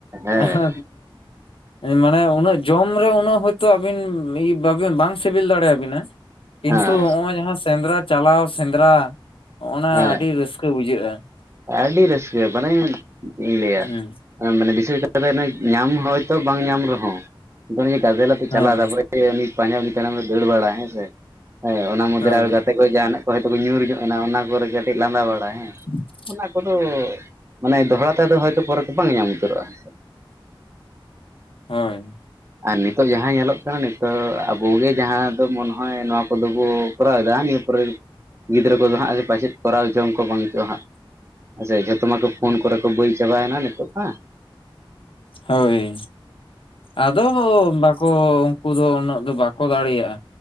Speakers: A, on the right; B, on the left.
A: ᱦᱮᱸ
B: ᱟᱸᱦᱟ <unintelligible> ᱢᱟᱱᱮ ᱩᱱᱟᱹᱜ ᱡᱚᱢ ᱨᱮ ᱩᱱᱟᱹᱜ ᱦᱚᱭᱛᱳ ᱵᱟᱹᱵᱤᱱ ᱵᱟᱝ ᱥᱤᱵᱤᱞ ᱫᱟᱲᱮᱭᱟᱵᱤᱱᱟ ᱾ ᱠᱤᱱᱛᱩ
A: ᱦᱮᱸ
B: ᱱᱚᱜᱼᱚᱭ ᱡᱟᱦᱟᱸ ᱥᱮᱸᱫᱽᱨᱟ ᱪᱟᱞᱟᱣ ᱥᱮᱸᱫᱽᱨᱟᱼᱼ ᱱᱚᱸᱜᱼᱱᱟ
A: ᱦᱮᱸ
B: ᱟᱹᱰᱤ ᱨᱟᱹᱥᱠᱟᱹ ᱵᱩᱡᱷᱟᱹᱜᱼᱟ ᱾
A: ᱟᱹᱰᱤ ᱨᱟᱹᱥᱠᱟᱹ, ᱵᱟᱱᱮ ᱪᱮᱫ ᱤᱧ ᱞᱟᱹᱭᱟ
B: ᱦᱮᱸ
A: ᱾ ᱢᱟᱱᱮ ᱵᱤᱥᱮᱥ ᱠᱟᱛᱮ ᱧᱟᱢ ᱦᱚᱭᱛᱳ ᱵᱟᱝ ᱧᱟᱢ ᱨᱮᱦᱚᱸ, ᱚᱱᱮ ᱡᱮ ᱜᱟᱡᱮᱞ ᱟᱛᱮ ᱪᱟᱞᱟᱣ
B: ᱦᱮᱸ
A: ᱛᱟᱨᱯᱚᱨᱮᱼᱼ ᱩᱱᱤ ᱯᱟᱸᱡᱟ ᱩᱱᱤ ᱛᱟᱭᱱᱚᱢ ᱨᱮ ᱫᱟᱹᱲ ᱵᱟᱲᱟ ᱦᱮᱸᱥᱮ, ᱚᱱᱟ ᱢᱚᱫᱽᱫᱷᱮᱨᱮ
B: ᱦᱳᱭ
A: ᱟᱨ ᱜᱟᱛᱮᱼᱼ ᱠᱚᱭ ᱡᱟᱦᱟᱱᱟᱜ ᱠᱚ ᱦᱳᱭᱛᱚ ᱠᱚ ᱧᱩᱨ ᱧᱚᱜ ᱟᱱᱟ ᱠᱚᱨᱮ ᱠᱟᱹᱴᱤᱡ ᱞᱟᱸᱫᱟ ᱵᱟᱲᱟᱭ ᱦᱮᱸᱼᱼ
B: <unintelligible>
A: ᱚᱱᱟ ᱠᱚᱫᱚ, ᱢᱟᱱᱮ ᱫᱚᱦᱲᱟ ᱛᱮᱫᱚ ᱦᱚᱭᱛᱚ ᱯᱚᱨᱮ ᱛᱮ ᱵᱟᱝ ᱧᱟᱢ ᱩᱛᱟᱹᱨᱚᱜᱼᱟ ᱾
B: ᱦᱳᱭ ᱾
A: ᱟᱨ ᱱᱤᱛᱳᱜ ᱡᱟᱦᱟᱸ ᱧᱮᱞᱚᱜ ᱠᱟᱱᱟ ᱱᱤᱛᱳᱜ ᱟᱵᱚᱜᱮ ᱡᱟᱦᱟᱸ ᱫᱚ ᱢᱚᱱᱮ ᱦᱚᱭ ᱱᱚᱣᱟ ᱠᱚᱫᱚ ᱵᱚᱼᱼ ᱠᱚᱨᱟᱣᱮᱫᱟ ᱱᱤᱭᱟᱹ ᱯᱚᱨᱮ, ᱜᱤᱫᱽᱨᱟᱹ ᱠᱚᱫᱚ ᱦᱟᱸᱜ ᱯᱟᱪᱮᱫ ᱠᱚᱨᱟᱣ ᱡᱚᱝ ᱠᱚ ᱵᱟᱝ ᱪᱚᱼᱟ ᱦᱟᱸᱜ ᱾ ᱥᱮ ᱡᱷᱚᱛᱚ ᱢᱟᱠᱚ ᱯᱷᱳᱱ ᱠᱚᱨᱮ ᱠᱚ ᱵᱟᱹᱭ ᱪᱟᱵᱟᱭᱱᱟ ᱱᱤᱛᱚᱜ ᱢᱟ ᱾
B: ᱦᱳᱭ, ᱟᱫᱚ ᱦᱳ <inaudible> ᱠᱚ ᱩᱱᱠᱩ ᱫᱚ ᱩᱱᱟᱹᱜ ᱫᱚ ᱵᱟᱠᱚ ᱫᱟᱲᱮᱭᱟᱜᱼᱟ,